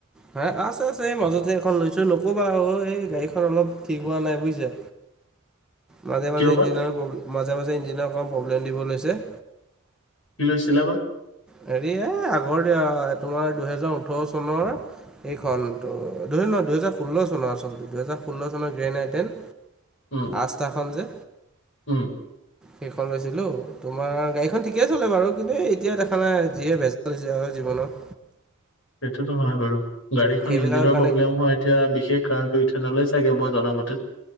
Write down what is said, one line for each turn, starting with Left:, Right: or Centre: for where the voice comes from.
Centre: হা? আছে আছে এই মাজতে এখন লৈছো নকবা অ এই গাড়ীখন অলপ ঠিক হোৱা নাই বুইছা। মাজে
Left: কিয়
Centre: মাজে
Left: বা
Centre: ইঞ্জিনৰ প্ৰলে মাজে মাজে ইঞ্জিনৰ অকণ প্ৰব্লেম দিব লৈছে।
Left: কি লৈছিলা বা?
Centre: হেৰি এ আগৰ তোমাৰ দুহেজাৰ ওঠৰ চনৰ এইখনটো দুহেৰ ন দুহেজাৰ ষোল্ল চনৰ আচলতে। দুহেজাৰ ষোল্ল চনৰ গ্ৰেন আই টেন।
Left: উম।
Centre: আস্তাখন যে।
Left: উম।
Centre: সেইখন লৈছিলো তোমাৰ গাড়ীখন ঠিকেই চলে বাৰু। কিন্তু এতিয়া দে <unintelligible> যিহে <unintelligible> হৈছে আৰু জীৱনৰ।
Left: সেইটোতো হয় বাৰু। গাড়ীখন
Centre: সেইবিলাকৰ
Left: ইঞ্জিনৰ
Centre: কাৰণে
Left: প্ৰব্লেম হয়। এতিয়া বিশেষ কাৰণ <unintelligible> নলয় চাগে মই জনামতে।